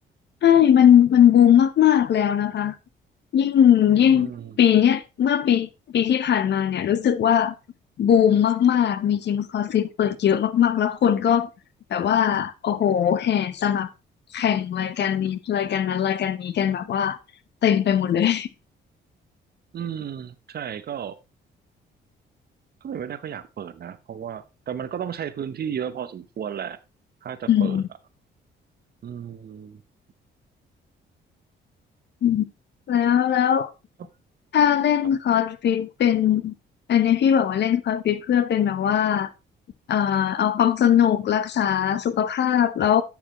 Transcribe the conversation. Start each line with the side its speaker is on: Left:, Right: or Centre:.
Left: ใช่มันมันบูมมากๆแล้วนะคะยิ่งยิ่งปีเนี้ยเมื่อปีปีที่ผ่านมาเนี่ยรู้สึกว่า
Right: อืม
Left: บูมมากๆมียิมคลาสสิกเปิดเยอะมากๆแล้วคนก็แบบว่าโอ้โหแห่สมัครแข่งรายการนี้รายการนั้นรายการนี้กันแบบว่าเต็มไปหมดเลย
Right: อืมใช่ก็ ถ้าเป็นไปได้ก็อยากเปิดนะเพราะว่าแต่มันก็ต้องใช้พื้นที่เยอะพอสมควรแหละ
Left: <laughs>
Right: ถ้าจะเปิดอ่ะ
Left: อืม
Right: อืม
Left: อืมแล้วแล้ว
Right: ค
Left: ถ้าเล่นคอร์สฟิตเป็น
Right: รับ
Left: อันนี้พี่บอกว่าเล่นคอร์สฟิตเพื่อเป็นแบบว่าเอ่อเอาความสนุกรักษาสุขภาพแล้ว